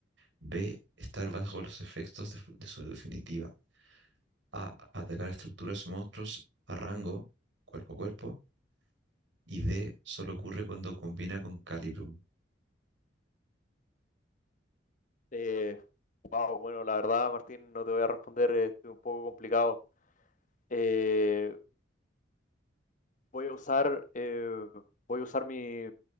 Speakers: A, on the right (about 75°); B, on the left (about 45°).
A: B. Estar bajo los efectos de, de su definitiva. A. Atacar a estructuras o monstruos a rango, cuerpo a cuerpo. Y D. Solo ocurre cuando combina con Calibrum.
B: Eh, wow, bueno, la verdad, Martín, no te voy a responder, eh, estoy un poco complicado. Eh, Voy a usar, eh, voy a usar mi,